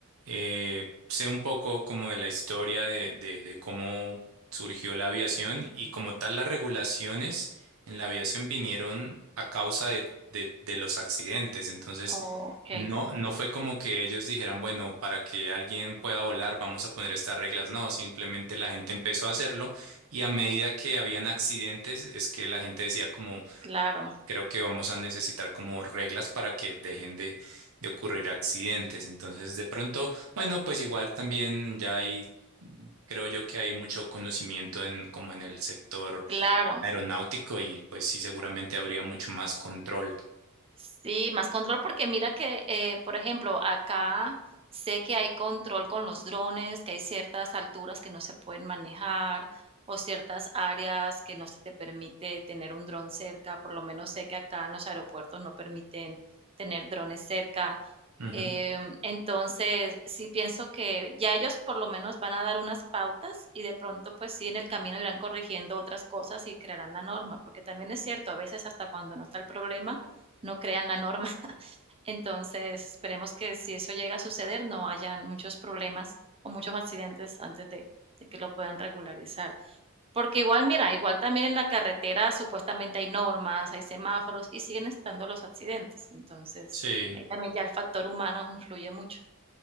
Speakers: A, on the right; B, on the right.
A: eh, sé un poco como de la historia de, de, de cómo surgió la aviación y como tal las regulaciones en la aviación vinieron a causa de, de, de los accidentes. Entonces,
B: Ok,
A: no, no fue como que ellos dijeran, bueno, para que alguien pueda volar, vamos a poner estas reglas. No, simplemente la gente empezó a hacerlo y a medida que habían accidentes, es que la gente decía como,
B: claro,
A: creo que vamos a necesitar como reglas para que dejen de, de ocurrir accidentes. Entonces, de pronto, bueno, pues igual también ya hay, creo yo que hay mucho conocimiento en como en el sector
B: claro.
A: aeronáutico y pues sí, seguramente habría mucho más control.
B: Sí, más control porque mira que, eh, por ejemplo, acá sé que hay control con los drones, que hay ciertas alturas que no se pueden manejar o ciertas áreas que no se te permite tener un dron cerca. Por lo menos sé que acá en los aeropuertos no permiten tener drones cerca.
A: Ujú.
B: Eh, entonces, sí pienso que ya ellos por lo menos van a dar unas pautas y de pronto, pues sí, en el camino irán corrigiendo otras cosas y crearán la norma, porque también es cierto, a veces hasta cuando no está el problema, no crean la norma. Entonces, esperemos que si eso llega a suceder, no hayan muchos problemas o muchos accidentes antes de, de que lo puedan regularizar. Porque igual, mira, igual también en la carretera supuestamente hay normas, hay semáforos y siguen estando los accidentes. Entonces,
A: Sí.
B: ahí también ya el factor humano influye mucho.